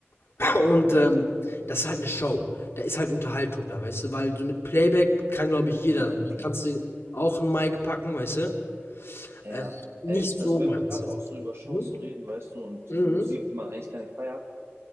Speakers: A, on the left (about 60°); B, on the right (about 65°).
A: Und
B: Ja,
A: ähm, das ist halt eine Show. Da ist halt Unterhaltung da, weißt du, weil so mit Playback kann, glaube ich, jeder.
B: ja,
A: Du
B: ja, klar.
A: kannst dir auch einen Mic packen, weißt du.
B: Ja,
A: Äh, nicht
B: ey, also
A: so meins.
B: wenn wir gerade auch so über Shows
A: Mhm,
B: so reden, weißt du, und
A: mhm.
B: Musik, die man eigentlich gar nicht feiert,